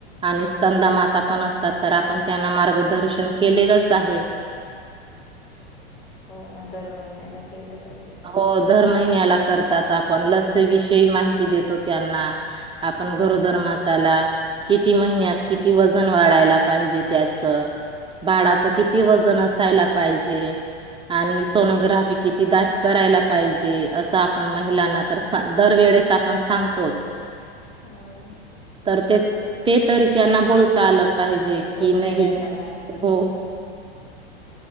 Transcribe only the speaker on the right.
आणि स्कंदा माता पण असतात, तर आपण त्यांना मार्गदर्शन केलेलंच आहे.
हो दर महिन्याला. करतात आपण लस विषयी माहिती देतो, त्यांना आपण गरोदर माताला किती महिन्यात, किती वजन वाढायला पाहिजे त्याच बाळाच किती वजन असायला पाहिजे, आणि सोनोग्राफी किती द करायला पाहिजे, असं आपण महिलांना सा तर दरवेळेस आपण सांगतोच.
तर ते ते तरी त्यांना बोलता आलं पाहिजे
कि नाही
हो.